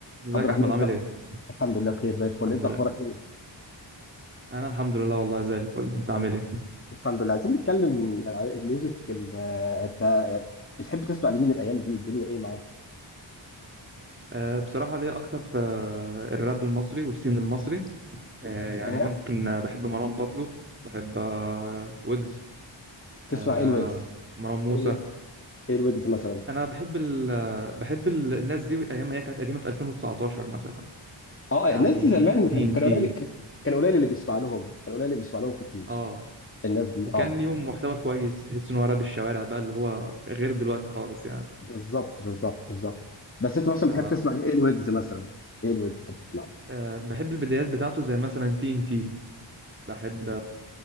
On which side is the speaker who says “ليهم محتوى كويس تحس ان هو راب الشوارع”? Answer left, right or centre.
Right